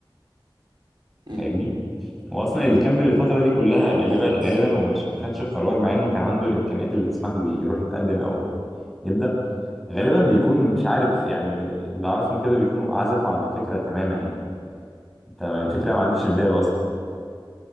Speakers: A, in the centre; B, on the right.
A: أنت
B: امم
A: فاهمني؟ وأصلا اللي كمل الفترة دي كلها
B: ما هو
A: غالبا
B: ما هو بص
A: غالبا ومش ما خدش القرار مع إنه كان عنده الإمكانيات اللي تسمح له يروح يتقدم أو يبدأ غالبا بيكون مش عارف يعني اللي أعرفهم كده بيكونوا عزفوا عن الفكرة تماما يعني أنت الفكرة ما عادتش في باله أصلا